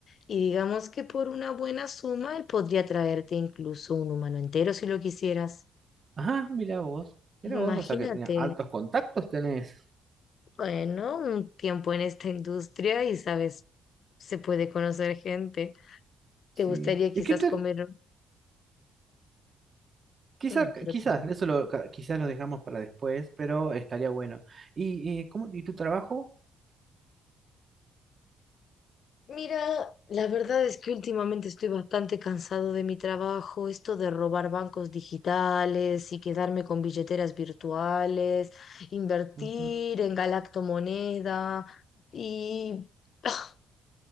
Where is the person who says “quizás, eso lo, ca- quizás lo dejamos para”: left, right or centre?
Right